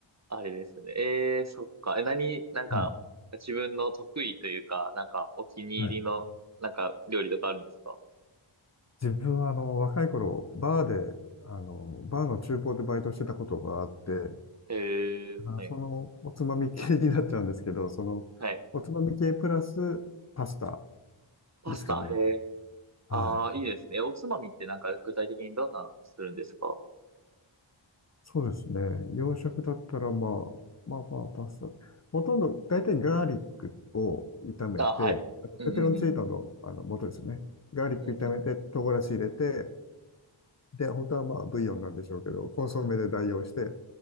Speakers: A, on the right (about 35°); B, on the left (about 35°).
A: あれですね。えー、そっか。え、何、なんか、
B: はい。
A: 自分の得意というか、なんか、お気に入りの、
B: はい。
A: なんか、料理とかあるんですか
B: 自分は、あの、若い頃、バーで、あの、バーの厨房でバイトしてたことがあって、
A: えー、
B: あ、
A: はい。
B: その、おつまみ系になっちゃうんですけど、その、
A: はい。
B: おつまみ系プラスパスタ
A: パスタ、
B: ですかね。
A: へえ。
B: はい。
A: ああ、いいですね。おつまみってなんか、具体的にどんなのするんですか
B: そうですね。洋食だったら、まあ、まあまあ、パスタ。ほとんど、大体ガーリックを炒めて、
A: あ、はい。
B: あのペペロンチーノの、
A: うんうんうん。
B: あの元ですよね。ガーリック炒めて、
A: うんうんうん。
B: 唐辛子入れて、で、本当はまあ、ブイヨンなんでしょうけど、コンソメで代用して、